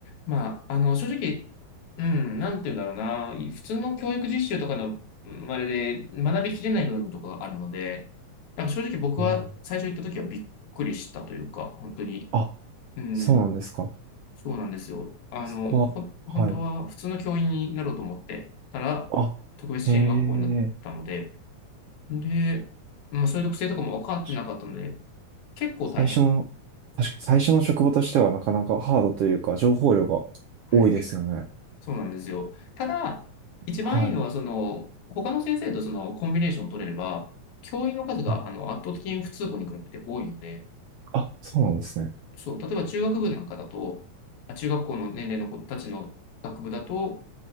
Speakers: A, on the left; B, on the right.
A: まあ、あの、正直、うん、なんて言うんだろうな。普通の教育実習とかの、うんあれで学びきれない部分とかがあるので、なんか正直僕は最初行った時はびっくりしたというか、
B: えー
A: 本当に、
B: あ、
A: うん、
B: そうなんですか。
A: そうなんですよ。あの、
B: そこは、
A: ほ、本当は普通の教員になろうと思ってたら、
B: はい。あ、
A: 特別支援学校になったので、
B: へえ、
A: で、まあそういう特性とかも分かってなかったので、
B: 確かに
A: 結構大変。
B: 最初の、確かに最初の職場としてはなかなかハードというか、情報量が
A: はい。
B: 多いですよね。
A: そうなんですよ。ただ、一番いいのは、
B: はい。
A: その、他の先生とそのコンビネーションを取れれば、教員の数があの圧倒的に普通校に比べて多いので、
B: はい。あ、そうなんですね。
A: そう、例えば中学部なんかだと、あ中学校の年齢の子たちの学部だと、